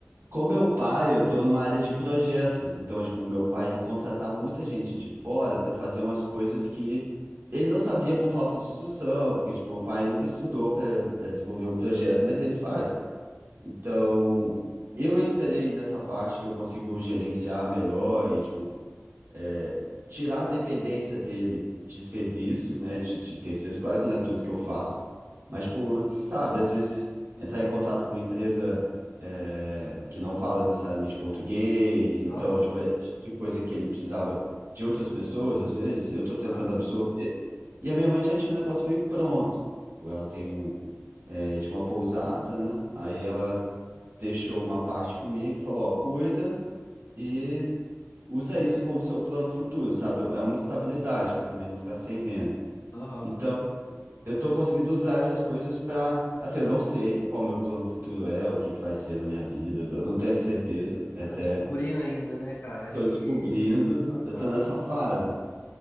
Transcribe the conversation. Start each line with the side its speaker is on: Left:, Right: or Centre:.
Right: com meu pai, eu estou numa área de projetos, então, tipo, o meu pai, ele contratava muita gente de fora para fazer umas coisas que ele não sabia por falta de instrução, porque, tipo, meu pai nunca estudou para para desenvolver um projeto, mas ele faz. Então, eu entrei nessa parte que eu consigo gerenciar melhor e, tipo, é, tirar a dependência dele de serviços, né, de, de terceiros, claro que não é tudo que eu faço, mas, tipo, sabe, às vezes entrar em contato com uma empresa é, que não fala necessariamente português, então,
Left: Aham,
Right: tipo, é tipo de coisa que ele precisava de outras pessoas, às vezes, eu estou tentando
Left: massa.
Right: absorver, e a minha mãe já tinha um negócio meio pronto, Tipo, ela tem um, é, tinha uma pousada, né, aí ela deixou uma parte comigo, falou, ó, cuida, E usa isso como seu plano futuro, sabe? É uma estabilidade para também não ficar sem renda.
Left: Aham.
Right: Então, eu estou conseguindo usar essas coisas para, assim, eu não sei qual o meu plano futuro é, o que que vai ser da minha vida, eu não tenho essa certeza, é até
Left: Tá descobrindo ainda, né, cara?
Right: estou
Left: Acho que
Right: descobrindo,
Left: faz
Right: eu
Left: parte.
Right: estou nessa fase.